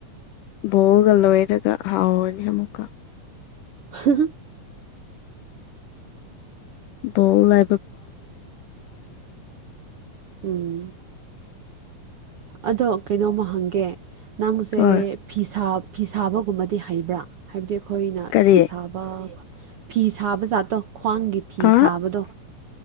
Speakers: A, on the left; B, on the right.
A: ꯕꯣꯜꯒ ꯂꯣꯏꯔꯒ ꯍꯥꯎꯔꯅꯤ ꯑꯃꯨꯛꯀ
B: ꯍ
A: ꯕꯣ ꯂ
B: ꯎꯝ ꯑꯗꯣ ꯀꯩꯅꯣꯝꯃ ꯍꯪꯒꯦ ꯅꯪꯁꯦ
A: ꯍꯣꯏ
B: ꯐꯤꯁꯥ ꯐꯤ ꯁꯥꯕꯒꯨꯝꯕꯗꯤ ꯍꯩꯕ꯭ꯔꯥ ꯍꯥꯏꯕꯗꯤ ꯑꯩꯈꯣꯏꯅ
A: ꯀꯔꯤ
B: ꯐꯤ ꯁꯥꯕ ꯐꯤ ꯁꯥꯕꯖꯥꯇꯣ ꯈ꯭ꯋꯥꯡꯒꯤ ꯐꯤ
A: ꯑ
B: ꯁꯥꯕꯗꯣ